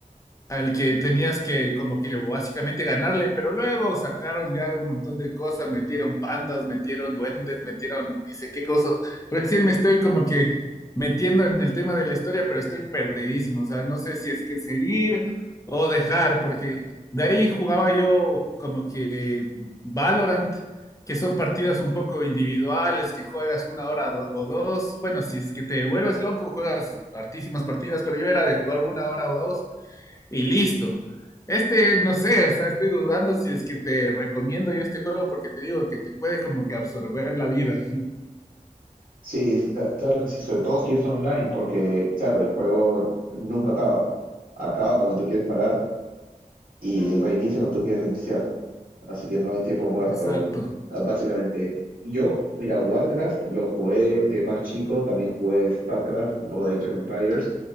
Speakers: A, on the left; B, on the right.
A: al que tenías que como que básicamente ganarle, pero luego sacaron ya un montón de cosas, metieron pandas, metieron duendes, metieron dice qué cosas. Recién me estoy como que metiendo en el tema de la historia, pero estoy perdidísimo, o sea, no sé si es que seguir o dejar, porque de ahí jugaba yo como que Valorant, que son partidas un poco individuales, que juegas una hora do- o dos, bueno, si es que te vuelves loco, juegas hartísimas partidas, pero yo era de jugar una hora o dos y listo. Este, no sé, o sea, estoy dudando si es que te recomiendo yo este juego porque te digo que te puede como que absorber la vida.
B: Sí, es- cla- claro que sí, sobre todo si es online, porque, claro, el juego nunca acaba. Acaba cuando tú quieres parar y reinicia cuando tú quieres reiniciar. Así que no hay tiempo muerto,
A: <laughs> Exacto.
B: ah, básicamente. Yo, mira, Warcraft lo jugué de más chico, también jugué StarCraft, un poco de Age of Empires,